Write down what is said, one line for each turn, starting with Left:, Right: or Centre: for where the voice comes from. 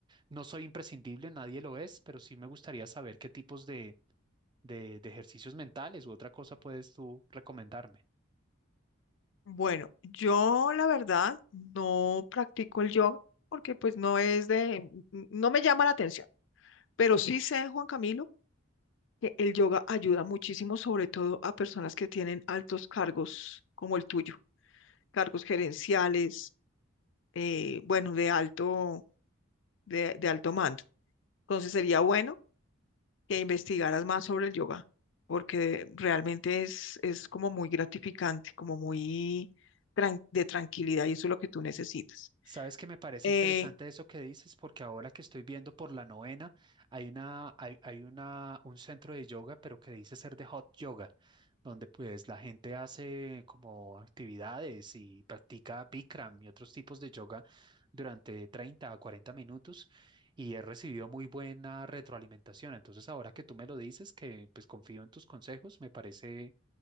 Right: no soy imprescindible, nadie lo es, pero sí me gustaría saber qué tipos de, de, de ejercicios mentales u otra cosa puedes tú recomendarme.
Left: Bueno, yo la verdad no practico el yoga porque pues no es de, no me llama la atención, pero sí sé, Juan Camilo, que el yoga ayuda muchísimo, sobre todo a personas que tienen altos cargos como el tuyo, cargos gerenciales, eh, bueno, de alto, de, de alto mando. Entonces sería bueno que investigaras más sobre el yoga, porque realmente es, es como muy gratificante, como muy tran- de tranquilidad y eso es lo que tú necesitas.
Right: Sabes que me parece
Left: Eh,
Right: interesante eso que dices, porque ahora que estoy viendo por la novena, hay una, hay, hay una, un centro de yoga, pero que dice ser de hot yoga, donde pues la gente hace como actividades y practica Bikram y otros tipos de yoga durante 30 a 40 minutos y he recibido muy buena retroalimentación. Entonces, ahora que tú me lo dices, que pues confío en tus consejos, me parece,